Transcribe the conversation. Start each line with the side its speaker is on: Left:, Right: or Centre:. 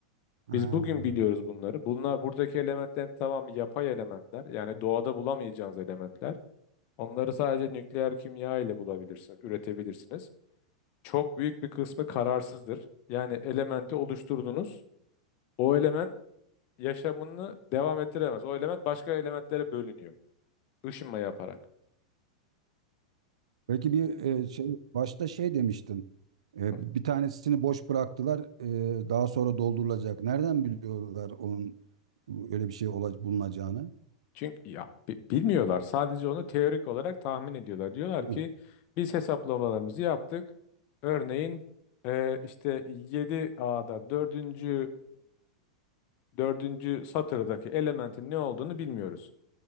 Right: Ha.
Left: Biz bugün biliyoruz bunları. Bunlar buradaki elementler tamam yapay elementler. Yani doğada bulamayacağınız elementler. Onları sadece nükleer kimya ile bulabilirsiniz, üretebilirsiniz. Çok büyük bir kısmı kararsızdır. Yani elementi oluşturdunuz. O element yaşamını devam ettiremez. O element başka elementlere bölünüyor. Işınma yaparak.
Right: Peki bir e, şey başta şey demiştin. E,
Left: Ee,
Right: bir tanesini boş bıraktılar. e, daha sonra doldurulacak. Nereden biliyorlar onun öyle bir şey ola- bulunacağını?
Left: Çünkü ya bi- bilmiyorlar. Sadece onu teorik olarak tahmin ediyorlar. Diyorlar
Right: Hı.
Left: ki biz hesaplamalarımızı yaptık. Örneğin e, işte 7A'da dördüncü e, dördüncü satırdaki elementin ne olduğunu bilmiyoruz.